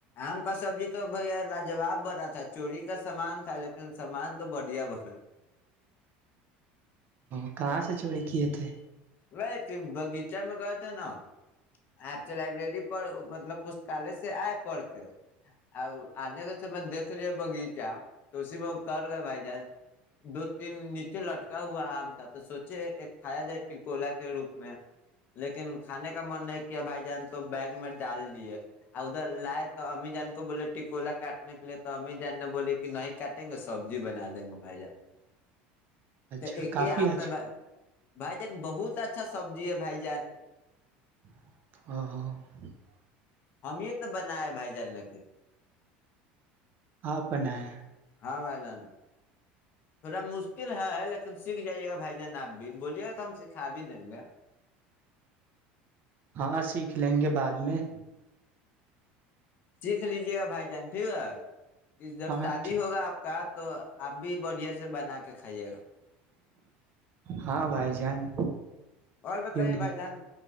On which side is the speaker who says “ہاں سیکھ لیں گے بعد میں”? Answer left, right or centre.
Right